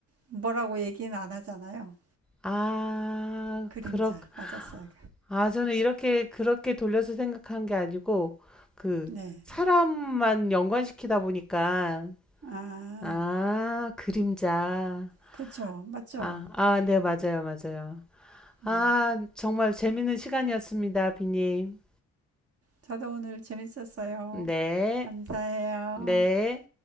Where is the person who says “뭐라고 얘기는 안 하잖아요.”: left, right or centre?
Right